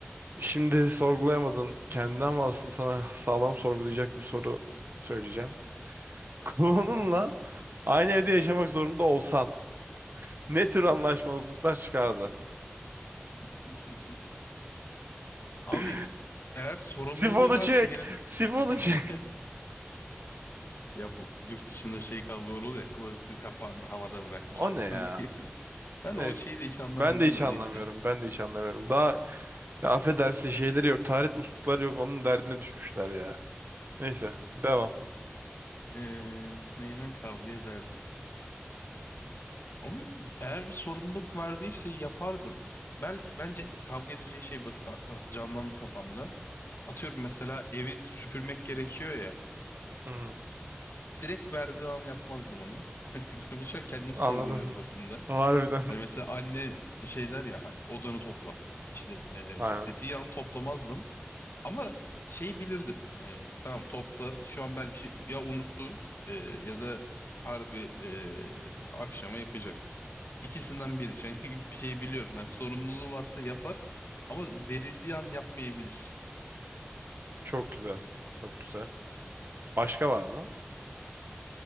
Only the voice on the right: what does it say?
e, şimdi sorgulayamadın kendini ama asıl sana sağlam sorgulayacak bir soru söyleyeceğim. <laughs> Klonunla aynı evde yaşamak zorunda olsan ne tür anlaşmazlıklar çıkardı?
<laughs>
Sifonu
çek!
Sifonu
çek!
O
ne ya?
Neyse.
Ben de hiç
anlamıyorum.
Ben de hiç anlamıyorum. Daha ya affedersin şeyleri yok. Taharet muslukları yok. Onun derdine düşmüşler ya. Neyse. Devam.
Hı-hı.
Anladım.
<laughs> Harbiden.
Aynen.
Çok güzel. Çok güzel. Başka var mı?